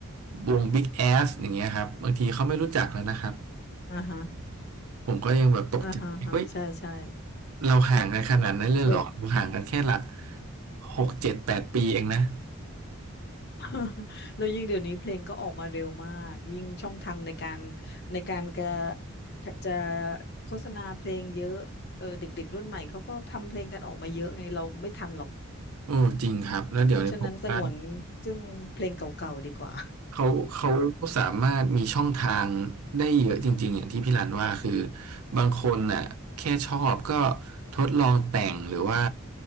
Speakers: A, on the right; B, on the left.
A: วง Big Ass อย่างเงี้ยครับบางทีเขาไม่รู้จักแล้วนะครับ
B: อ่าฮะ
A: ผมก็ยังแบบตกใจเฮ้ย
B: อ่าฮะฮะใช่ใช่
A: เราห่างกันขนาดนั้นเลยเหรอเราห่างกันแค่หลัก
B: เบิร์ด
A: หกเจ็ดแปดปีเองนะ
B: <laughs> แล้วยิ่งเดี๋ยวนี้เพลงก็ออกมาเร็วมากยิ่งช่องทางในการในการกระจะโฆษณาเพลงเยอะเออเด็กๆรุ่นใหม่เขาก็ทำเพลงกันออกมาเยอะไงเราไม่ทันหรอก
A: โอ้จริงครับแล้วเดี๋ยวนี้ผมว่า
B: เพราะฉะนั้นสงวนซึ่งเพลงเก่าๆดีกว่า
A: เขาเขาสามารถมีช่องทางได้เยอะจริงๆอย่างที่พี่รันว่าคือบางคนน่ะแค่ชอบก็ทดลองแต่งหรือว่า